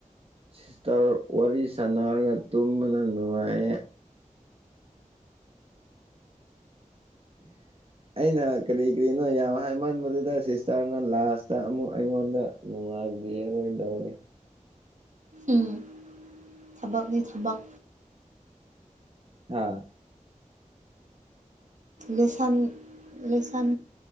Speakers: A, on the right; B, on the right.
A: ꯁꯤꯁꯇꯔ ꯋꯥꯔꯤ ꯁꯥꯟꯅꯔꯒ ꯇꯨꯝꯕꯅ ꯅꯨꯡꯉꯥꯏꯌꯦ <inaudible> ꯑꯩꯅ ꯀꯔꯤ ꯀꯔꯤꯅꯣ ꯌꯥꯝ ꯍꯥꯏꯃꯟꯕꯗꯨꯗ ꯁꯤꯁꯇꯔꯅ ꯂꯥꯁꯇ ꯑꯃꯨꯛ ꯑꯩꯉꯣꯟꯗ ꯅꯨꯡꯉꯥꯏꯕꯤ ꯔꯣꯏꯗꯧꯔꯤ
B: ꯎꯝ ꯊꯕꯛꯅꯤ ꯊꯕꯛ
A: ꯍꯥꯥ
B: ꯂꯦꯁꯟ ꯂꯦꯁꯟ